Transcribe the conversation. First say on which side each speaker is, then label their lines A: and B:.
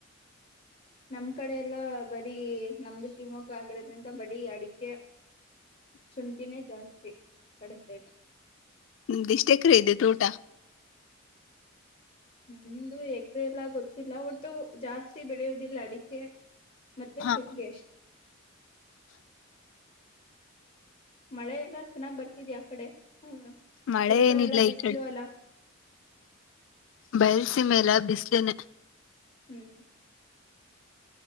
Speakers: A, on the left; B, on the left.
A: ನಮ್ ಕಡೆ ಎಲ್ಲ ಬರೀ ನಮ್ದು ಶಿವಮೊಗ್ಗ ಆಗಿರೋದ್ರಿಂದ ಬರೀ ಅಡಿಕೆ ಶುಂಟಿನ ಜಸ್ ಕಡೆ ಸ
B: ನಿಮ್ದ ಎಷ್ಟ ಎಕರೆ ಇದೆ ತೋಟ
A: ನಮ್ದು ಎಕರೆ ಎಲ್ಲ ಗೊತ್ತಿಲ್ಲ ಒಟ್ಟು ಜಾಸ್ತಿ ಬೆಳೆಯೋುದಿಲ್ಲ ಅಡಿಕೆ ಮತ್ತೆ
B: ಹಾ
A: ಶುಂಠಿ ಅಷ್ಟೆ ಮಳೆ ಎಲ್ಲ ಚೆನ್ನಾಗ್ ಬರ್ತಿದ್ಯಾ ಆ ಕಡೆ ಹ್ಮ
B: ಮಳೆ
A: ದುರ್ಗಾ
B: ಏನಿಲ್ಲ
A: ಎಲ್ಲ ಬಿಸಲು
B: ಈ
A: ಅಲ್ಲಾ
B: ಬಯಲ್ಸ ಮೆಲ್ಲ ಬಿಸ್ಲೇನೆ
A: ಹ್ಮ್